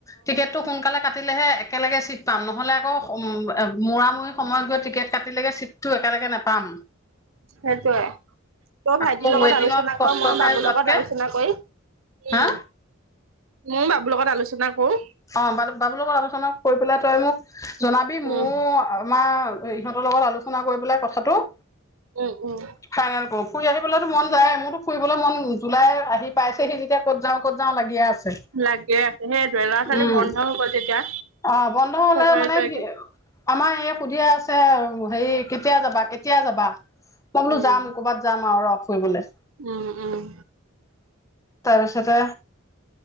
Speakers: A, on the left; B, on the right.
A: টিকেটটো সোনকালে কাটিলেহে - একেলগে ছিট পাম নহ'লে আকৌ মূৰামূৰি সময়ত গৈ টিকেট কাটিলৈকে ছিট- টো একেলগে নেপাম।
B: সেইটোৱে। তই ভাইটিৰ
A: আকৌ
B: লগত
A: ৱেটিঙত
B: আলোচনা
A: কষ্ট
B: কৰ মই
A: খাই
B: বাবুৰ
A: যোৱাতকে
B: লগত আলোচনা কৰি
A: হা
B: উমঁ। ময়ো বাবুৰ লগত আলোচনা কৰোঁ।
A: অঁ বাব বাবুৰ লগত আলোচনা কৰি পেলাই তই মোক জনাবি মইও
B: উম
A: আমাৰ- ইহঁতৰ লগত আলোচনা কৰি পেলাই কথাটো-
B: উমঁ উমঁ!
A: ফাইনেল কৰো ফুৰি আহিবলৈতো মন যায় মোৰতো ফুৰিবলৈ মন জুলাই আহি পাইছেহি যেতিয়া- ক'ত যাওঁ ক'ত যাওঁ লাগিয়ে আছে।
B: লাগিয়ে আছে সেইটোৱে ল'ৰা ছোৱালীৰ
A: উম
B: বন্ধও হ'ব যেতিয়া
A: অ বন্ধ হলে
B: চবৰেতো
A: মানে কি
B: একেই।
A: আমাৰ এই সুধিয়ে আছে হেৰি কেতিয়া যাবা কেতিয়া যাবা। মই বোলো
B: উম
A: যাম কৰ'বাত যাম আৰু ৰ ফুৰিবলে।
B: উমঁ উমঁ!
A: তাৰপিছতে।